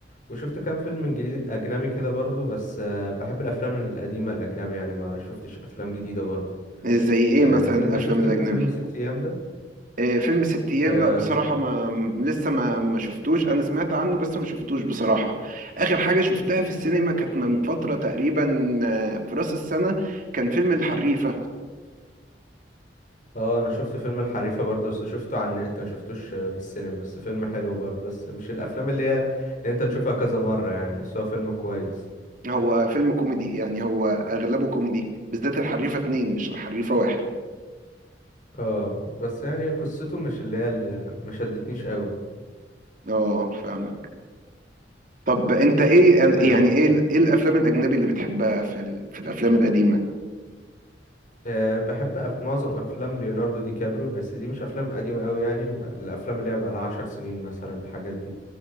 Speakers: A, on the left; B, on the right.
A: وشفت كام فيلم انجليزي اجنبي كده برضه بس آه، بحب الافلام القديمة الاجنبي يعني ما شفتش افلام جديدة برضه
B: زي ايه
A: آه،
B: مثلا الافلام
A: انت شفت انت
B: الاجنبي
A: فيلم ست ايام
B: آه فيلم ست ايام
A: ده
B: لا بصراحة ما م- لسه ما ما شفتوش انا سمعت عنه بس ما شفتوش بصراحة اخر حاجة شفتها في السينما كانت من فترة تقريبا آه، في راس السنة كان فيلم الحريفة
A: اه انا شفت فيلم الحريفة برضو بس شفته على النت ما شفتوش آه، في السينما بس فيلم حلو برضو بس مش الافلام اللي هي اللي انت تشوفها كذا مرة يعني بس هو فيلم كويس
B: هو فيلم كوميدي يعني هو اغلبه كوميدي بالذات الحريفه اتنين مش الحريفه واحد
A: اه بس يعني قصته مش اللي هي اللي ما شدتنيش قوي
B: اه فاهمه طب انت ايه
A: أه
B: يعني ايه ال- ايه الافلام الاجنبي اللي بتحبها في ال... في الافلام القديمه
A: أه بحب أف... معظم افلام ليوناردو دي كابريو بس دي مش افلام قديمة قوي يعني ب- الافلام اللي هي بقى لها 10 سنين مثلا الحاجات دي